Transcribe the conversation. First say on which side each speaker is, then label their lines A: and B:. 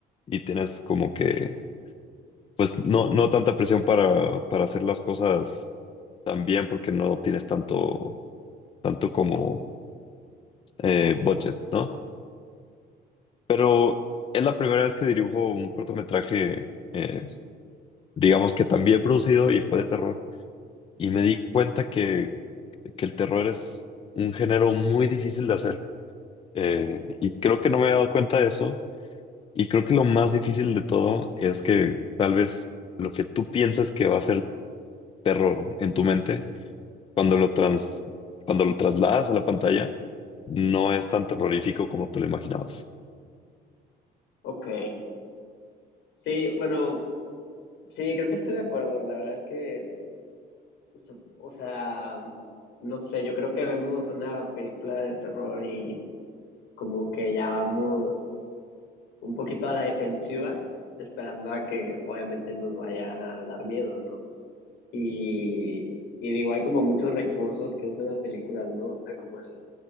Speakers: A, on the left; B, on the left.
A: y tienes como que, pues, no, no tanta presión para, para hacer las cosas también porque no tienes tanto, tanto como eh, budget, ¿no? Pero es la primera vez que dirijo un cortometraje, eh, digamos que también producido y fue de terror. Y me di cuenta que, que el terror es un género muy difícil de hacer. Eh, y creo que no me había dado cuenta de eso. Y creo que lo más difícil de todo es que tal vez lo que tú piensas que va a ser terror en tu mente cuando lo trans, cuando lo trasladas a la pantalla, no es tan terrorífico como te lo imaginabas.
B: ok. Sí, bueno, sí, creo que estoy de acuerdo. La verdad es que, su- o sea, no sé, yo creo que vemos una película de terror y como que ya vamos un poquito a la defensiva, esperando a que obviamente nos vaya a dar miedo, ¿no? Y, y digo, hay como muchos recursos que usan las películas, ¿no? O sea, como el,